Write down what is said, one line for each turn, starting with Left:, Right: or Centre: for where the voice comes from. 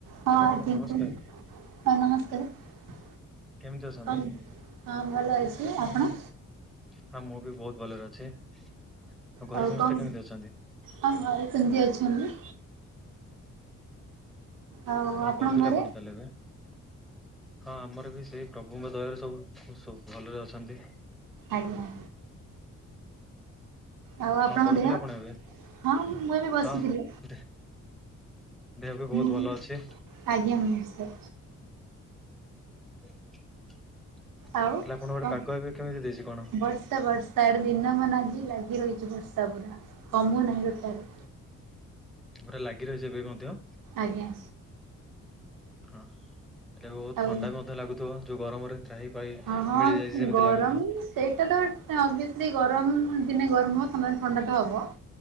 Right: ହଁ
Centre: ଆଜ୍ଞା ମ୍ୟାଡ଼ାମ ନମସ୍କାର
Right: <inaudible> ହଁ ନମସ୍କାର।
Centre: କେମିତି ଅଛନ୍ତି?
Right: କଣ ହଁ ଭଲ ଅଛି ଆପଣ?
Centre: ହଁ ମୁଁ ବି ବହୁତ ଭଲରେ ଅଛି। ଆଉ ଘରେ
Right: ଆଉ
Centre: ସମସ୍ତେ
Right: କଣ
Centre: କେମିତି ଅଛନ୍ତି?
Right: ହଁ ଘରେ ସେମିତି ଅଛନ୍ତି। ଆଉ
Centre: କଣ
Right: ଆପଣଙ୍କ
Centre: କରୁଥିଲେ
Right: ଘରେ?
Centre: ଆପଣ ତାହେଲେ ଏବେ? ହଁ ଆମର ବି ସେଇ ପ୍ରଭୁଙ୍କ ଦୟାରୁ ସବୁ ସବୁ ଭଲରେ ଅଛନ୍ତି।
Right: ଆଜ୍ଞା। ଆଉ ଆପଣଙ୍କ
Centre: କଣ କରୁଥିଲେ
Right: ଦେହ?
Centre: ଆପଣ ଏବେ?
Right: ହଁ ମୁଁ ଏବେ ବସିଥିଲି
Centre: ହଁ ଦେ ଦେହ ବି ବହୁତ
Right: ମୁଁ
Centre: ଭଲ ଅଛି।
Right: ଆଜ୍ଞା ନମସ୍କାର।
Centre: ହେଲେ
Right: ଆଉ
Centre: ଆପଣଙ୍କ, ଗୋଟେ
Right: କଣ
Centre: ପାଗ ଏବେ, କେମିତି ଦେଇଛି କଣ?
Right: ବର୍ଷା ବର୍ଷ- ତାଡ଼େ ଦିନ ମାନ ଆଜି ଲାଗି ରହିଛି ବର୍ଷା ପୁରା, କମୁ ନାହିଁ ଟୋଟାଲ୍।
Centre: ପୁରା ଲାଗି ରହିଛି ଏବେ ମଧ୍ୟ?
Right: ଆଜ୍ଞା।
Centre: ଅଁ ହ। ଏବେ ବହୁତ
Right: ଆଉ
Centre: ଥଣ୍ଡା ବି ମଧ୍ୟ ଲାଗୁଥିବ, ଯୋଉ ଗରମରେ ତ୍ରାହି ପାହି
Right: ହଁ ହଁ
Centre: ମିଳିଯାଇଛି ଯେମିତି
Right: ଗରମ
Centre: ଲାଗୁଥିବ।
Right: ସେଇଟା ତ ଅଭିଅସଲି ଗରମ ଦିନେ ଗରମ ହବ, ସମାନ ଥଣ୍ଡା ତ ହବ